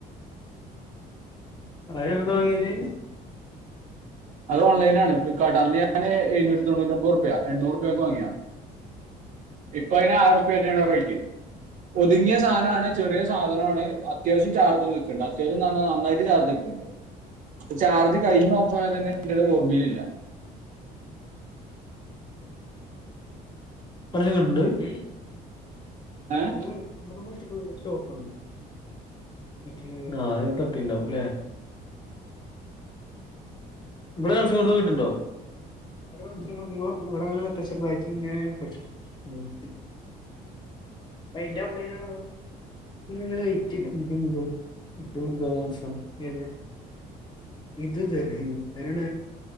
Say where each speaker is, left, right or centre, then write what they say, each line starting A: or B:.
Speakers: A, on the left (about 25°); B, on the right (about 50°).
A: അപ്പൊഅതെവ്ട്ന്നാ വാങ്യേത്ജ്ജ്?
B: അത് ഓൺലൈനാണ് ഫ്ലിപ്കാർട്ട് അന്ന് ഞാന് എഴുന്നൂറ്റിതൊണ്ണൂറ്റൊമ്പുർപ്യ എണ്ണൂറ്പ്യക്ക് വാങ്ങിയാ ഇപ്പയ്ന് ആയിരുപ്പേറ്റേണ് റേറ്റ് ഒതുങ്ങിയ സാധനാണ് ചെറിയ സാധനാണ് അത്യാവശ്യം ചാർജും നിക്ക്‌ണ്ട്‌ അത്യാവശ്യംന്നർഞ്ഞാ നന്നായിട്ട് ചാർജ് നിക്കും ണ്ട് ചാർജ് കഴിഞ്ഞോഫായതെന്നേ കൊട്ന്നീലില്ല
A: <unintelligible>
B: ഏഹ്
A: മൂന്ന് ഇവ്ടെ കൊർചഴ്ഞ്ഞപ്പോ സ്റ്റോക്ക് വന്നു എനിക്ക് കാലേല് തട്ടിണ്ടാവുല്ലേ. ഇബ്ബടെ <unintelligible> കിട്ട്ണ്ടോ <unintelligible> ഇവടെ ഇങ്ങനെ ട്രഷറ് ബേറ്റരി ഇങ്ങനെ പിടിച്ച് <unintelligible> ഉം ഇപ്പയ്ന്റൗടെേനാണോവൊ <unintelligible> വൈറ്റില്ല ഇതും തും <unintelligible> <unintelligible> <unintelligible> ഏത് ഇത് തോ അല്ലെ വരണ